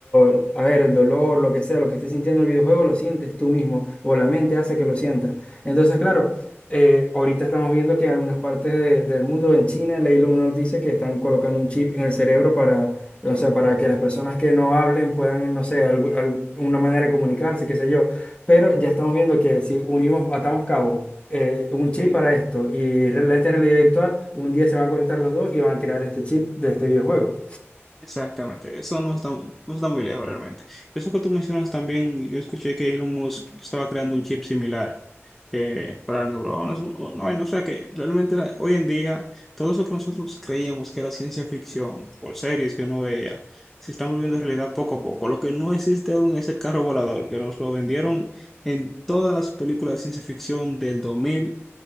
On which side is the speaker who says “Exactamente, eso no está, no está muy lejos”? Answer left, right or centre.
Centre